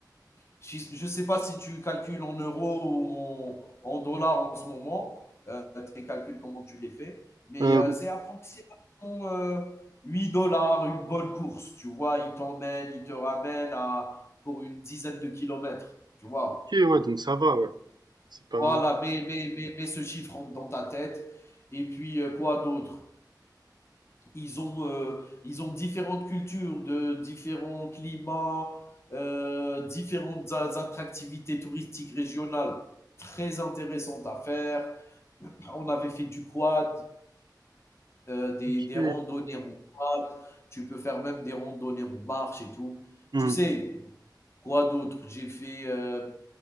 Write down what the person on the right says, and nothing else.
Euh,
ok, ouais, donc ça va, ouais. C'est pas.
Ok.
Hmm.